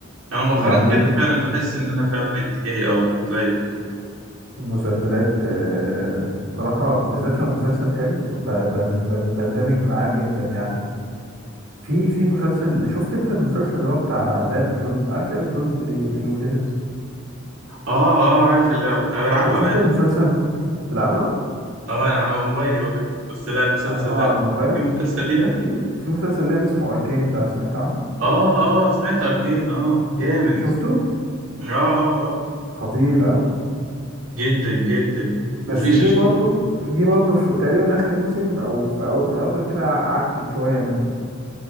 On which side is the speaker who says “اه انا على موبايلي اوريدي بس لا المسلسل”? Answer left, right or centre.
Right